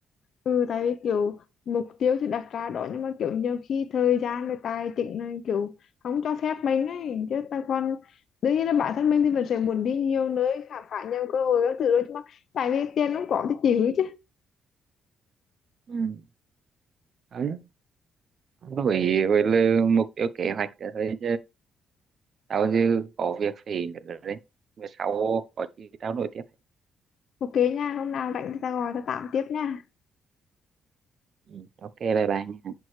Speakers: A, on the left (about 60°); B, on the right (about 55°).
A: Ừ, tại vì kiểu mục tiêu thì đặt ra đó nhưng mà kiểu nhiều khi thời gian và tài chính là kiểu không cho phép mình ấy chứ ta còn đương nhiên là bản thân mình thì mình sẽ muốn đi nhiều nơi khám phá nhiều cơ hội các thứ đó nhưng mà tại vì tiền không có thì chịu chứ
B: Ừ. Đấy. Với với là mục tiêu kế hoạch là rồi tao dư có việc phải nữa đấy bữa sau có gì tao nói tiếp
A: ok nha hôm nào rảnh thì ta gọi ta tạm tiếp nha
B: ừ, ok bye bye nha